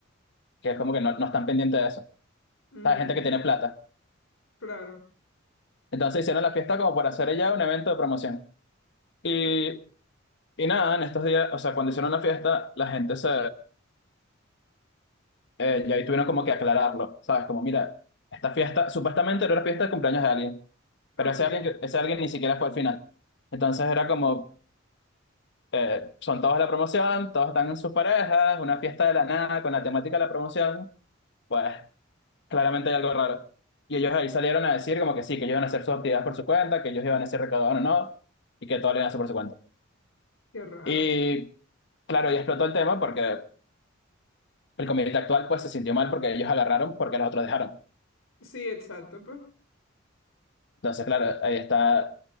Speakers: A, on the left; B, on the left.
A: que es como que no, no están pendientes de eso. O
B: Mm,
A: sea, gente que tiene plata.
B: claro.
A: Entonces hicieron la fiesta como por hacer ella un evento de promoción. Y, y nada, en estos días, o sea, cuando hicieron la fiesta, la gente se... eh, ya ahí tuvieron como que aclararlo, ¿sabes? Como, mira, esta fiesta, supuestamente era una fiesta de cumpleaños de alguien,
B: Ok,
A: pero ese alguien, que- ese alguien ni siquiera fue al final. Entonces era como, eh, son todos de la promoción, todos están en sus parejas, una fiesta de la nada con la temática de la promoción. Pues claramente hay algo raro. Y ellos ahí salieron a decir como que sí, que ellos iban a hacer sus actividades por su cuenta, que ellos iban a ser recaudados o no, y que todo lo iban a hacer por su cuenta.
B: qué raro.
A: Y claro, y explotó el tema porque el comité actual pues se sintió mal porque ellos agarraron porque los otros dejaron.
B: Sí, exacto, pues.
A: Entonces, claro, ahí está,